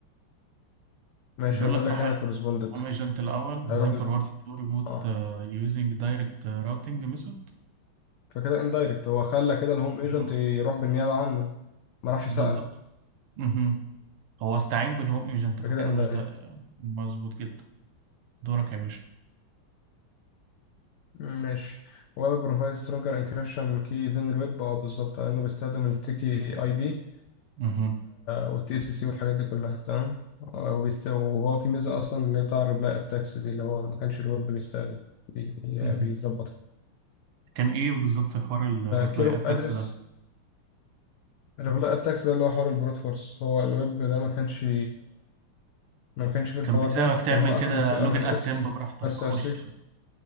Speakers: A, on the left; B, on the right.
A: ماشي
B: بيقول
A: هو بيقول
B: لك
A: لك
B: راح
A: هنا
B: الهوم
A: كورسبوندنت
B: ايجنت الاول
A: هيروح
B: then
A: ل...
B: forwarded to remote
A: اه
B: آه، using direct آه، routing method
A: فكده اندايركت هو خلى كده الهوم ايجنت
B: مهم.
A: يروح بالنيابة عنه ما راحش
B: بالظبط
A: سأله
B: مهم. هو استعين بالهوم ايجنت فكده
A: فكده اندايركت
B: مش ده مظبوط جدا دورك يا باشا
A: ماشي ويب بروفايد سترونجر انكريبشن كي ذن الويب اه بالظبط لانه بيستخدم التيكي اي بي
B: مهم.
A: والتي اس سي والحاجات دي كلها تمام آه، وبيست... وهو في ميزة اصلا اللي هي بتاع الريبلاي اتاكس دي اللي هو ما كانش الويب بيستقبل بي- بي-
B: مهم.
A: بيظبطها
B: كان ايه بالظبط حوار الريبلاي
A: كير اوف
B: اتاكس
A: ادرس
B: ده
A: الريبلاي اتاكس ده اللي هو حوار البروت فورس هو الويب ده ما كانش ما كانش في الحوار
B: كان بيساعدك
A: ده
B: تعمل
A: كان هو
B: كده
A: اخره سي ار
B: لوجن اتمب
A: اس
B: براحتك
A: ار سي
B: خش
A: ار سي